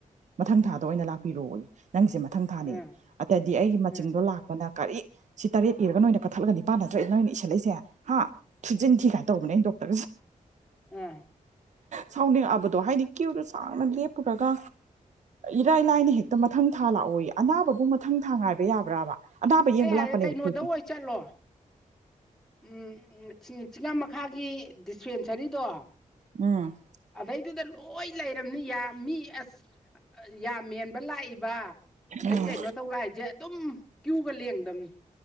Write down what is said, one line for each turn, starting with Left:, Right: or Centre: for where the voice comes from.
Right: ꯃꯊꯪ ꯊꯥꯗ ꯑꯣꯏꯅ ꯂꯥꯛꯄꯤꯔꯛꯑꯣꯏ ꯅꯪꯁꯦ ꯃꯊꯪ ꯊꯥꯅꯦ
Centre: ꯑꯥ
Right: ꯑꯇꯗꯤ ꯑꯩꯒꯤ ꯃꯆꯤꯟꯗꯣ
Centre: ꯑꯥ
Right: ꯂꯥꯛꯇꯅ ꯥꯔꯤ ꯁꯤ ꯇꯔꯦꯠ ꯏꯔꯒ ꯅꯣꯏꯅ ꯀꯛꯊꯠꯂꯒ ꯅꯤꯄꯥꯥꯟ ꯅꯠꯇ꯭ꯔꯦꯠ ꯅꯣꯏꯅ ꯏꯁꯤꯜꯂꯛꯏꯁꯦ ꯍꯥ ꯊꯨꯖꯤꯟ ꯊꯤ ꯀꯥꯏꯅ ꯇꯧꯕꯕꯅꯦ ꯅꯩꯅ ꯗꯣꯛ ꯇ
Centre: ꯑꯝ
Right: ꯁꯥꯎꯅꯤꯡꯉꯛꯑꯕꯗꯣ ꯍꯥꯏꯗꯤ ꯀ꯭ꯌꯨꯗꯣ ꯆꯥꯡꯅ ꯂꯦꯞꯄꯨꯔꯒ ꯏꯔꯥꯏ ꯂꯥꯏꯅ ꯍꯦꯛꯇ ꯃꯊꯪ ꯊꯥ ꯂꯥꯛꯑꯣ ꯍꯣꯏ ꯑꯅꯥꯕꯕꯨ ꯃꯊꯪ ꯊꯥꯡ ꯉꯥꯏꯕ ꯌꯥꯕ꯭ꯔꯥꯕ ꯑꯅꯥꯕ ꯌꯦꯡꯕ
Centre: ꯑꯩ ꯍꯥꯏꯔꯦ
Right: ꯂꯥꯛꯄꯅꯦꯕ
Centre: ꯀꯩꯅꯣꯗ
Right: ꯑꯩꯈꯣꯏꯒꯤ
Centre: ꯑꯣꯏ ꯆꯠꯂꯣ ꯎꯝ ꯆꯤꯉ ꯃꯈꯥꯒꯤ ꯗꯤꯁꯄꯦꯟꯁꯔꯤꯗꯣ
Right: ꯎꯝ
Centre: ꯑꯗꯩꯗꯨꯗ ꯂꯣꯏ ꯂꯩꯔꯕꯝꯅꯤ ꯌꯥꯝ ꯃꯤ ꯑꯁ ꯌꯥꯝ ꯃꯦꯟꯕ ꯂꯥꯛꯏꯕ ꯑꯗꯩ
Right: ꯎꯝ
Centre: ꯀꯩꯅꯣ ꯇꯧꯕ ꯂꯏꯁꯦ ꯑꯗꯨꯝ ꯀ꯭ꯌꯨꯒ ꯂꯦꯡꯕ ꯗꯝ